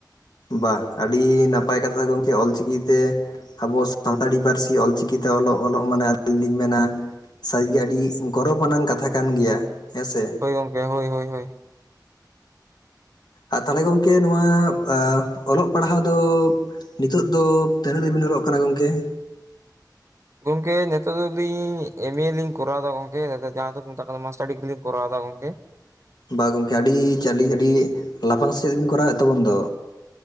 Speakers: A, on the left; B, on the right.
A: ᱵᱟᱦ ᱟᱹᱰᱤ ᱱᱟᱯᱟᱭ ᱠᱟᱛᱷᱟ ᱜᱚᱢᱠᱮ ᱚᱞ ᱪᱤᱠᱤ ᱛᱮ ᱟᱵᱚ ᱥᱟᱱᱛᱟᱲᱤ ᱯᱟᱹᱨᱥᱤ ᱚᱞᱪᱤᱠᱤᱛᱮ ᱚᱞᱚᱜ ᱚᱞᱚᱜ ᱢᱟᱱᱮ ᱟᱹᱞᱤᱧ ᱞᱤᱧ ᱢᱮᱱᱟ ᱥᱟᱹᱨᱤᱜᱮ ᱟᱹᱰᱤ ᱜᱚᱨᱚᱵ ᱟᱱᱟᱝ ᱠᱟᱛᱷᱟ ᱠᱟᱱ ᱜᱮᱭᱟ ᱦᱮᱸ ᱥᱮ
B: ᱜᱚᱢᱠᱮ ᱦᱳᱭ ᱦᱳᱭ ᱦᱳᱭ
A: ᱟᱨ ᱛᱟᱞᱦᱮ ᱜᱚᱝᱠᱮ ᱱᱚᱣᱟ ᱮᱸᱜ ᱚᱞᱚᱜ ᱯᱟᱲᱦᱟᱣ ᱫᱚ ᱱᱤᱛᱚᱜ ᱫᱚ ᱛᱤᱱᱟᱹᱜ ᱨᱮᱵᱤᱱ ᱚᱞᱚᱜ ᱠᱟᱱᱟ ᱜᱚᱝᱠᱮ
B: ᱜᱚᱝᱠᱮ ᱱᱤᱛᱚᱜ ᱫᱚ ᱞᱤᱧ ᱮᱢ ᱮ ᱞᱤᱧ ᱠᱚᱨᱟᱣ ᱮᱫᱟ ᱜᱚᱝᱠᱮ ᱟᱫᱚ ᱡᱟᱦᱟᱸ ᱫᱚᱠᱚ ᱢᱮᱛᱟᱜ ᱠᱟᱱᱟ ᱢᱟᱥᱴᱟᱨ ᱰᱤᱜᱽᱨᱤ ᱞᱤᱧ ᱠᱚᱨᱟᱣᱫᱟ ᱜᱚᱝᱠᱮ
A: ᱵᱟ ᱜᱚᱝᱠᱮ ᱟᱹᱰᱤ ᱪᱟᱹᱞᱤ ᱟᱹᱰᱤ ᱞᱟᱯᱷᱟᱝ ᱥᱮᱫ ᱵᱤᱱ ᱠᱚᱨᱟᱣᱮᱫ ᱛᱟᱵᱚᱱ ᱫᱚ